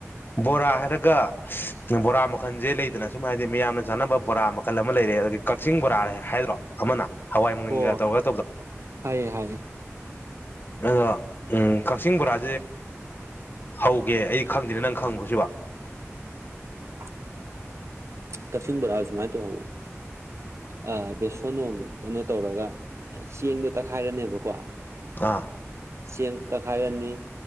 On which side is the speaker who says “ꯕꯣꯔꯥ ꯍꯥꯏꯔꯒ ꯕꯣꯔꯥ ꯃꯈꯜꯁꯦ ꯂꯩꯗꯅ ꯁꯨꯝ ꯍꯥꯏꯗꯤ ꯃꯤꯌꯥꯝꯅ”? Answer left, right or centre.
Left